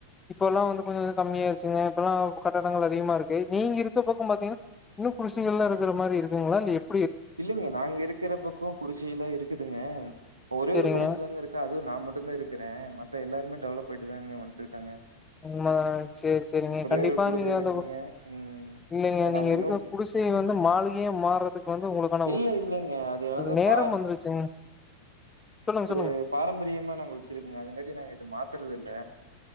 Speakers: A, on the left; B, on the right.
A: இப்பெல்லா வந்து வந்து கம்மியாச்சுங்க இப்பெல்லா கட்டங்கள் அதிகமா இருக்கு நீங்க இருக்க பக்கம் பாத்தீங்ன்னா இன்னு குடிசைகள்லா இருக்குற மாரி இருக்குங்ளா இல்ல எப்
B: இல்லங்க நாங்க இருக்கிற பக்கோ குடிசைலா இருக்குதுங்க ஒரே
A: செரிங்க
B: ஒரு குடிசதாங்க இருக்கு அது நா மட்டும்தா இருக்குறே மத்த எல்லாருமே டெவலப் ஆயிட்டுதாங்க வந்துருக்காங்க
A: உண்ம சேரி சேரிங்க கண்டிப்பா
B: ஒரு குடிசை
A: நீங்க
B: இருக்குங்க
A: அத
B: ம்
A: இல்லங்க
B: அது நாங்க
A: நீங்க
B: இன்னு
A: இருக்க குடிசை வந்து மாளிகையா மாறதுக்கு வந்து ஒங்ளுக்கான
B: இல்ல இல்லைங்க அது வந்து
A: நேரம்
B: பா
A: வந்துருச்சுங்க சொல்லுங்க
B: இது
A: சொல்லுங்க
B: பாரம்பரியமா நாங்க வச்சிருக்கோங்க அதுங்காட்டி நாங்க இது மாத்றது இல்ல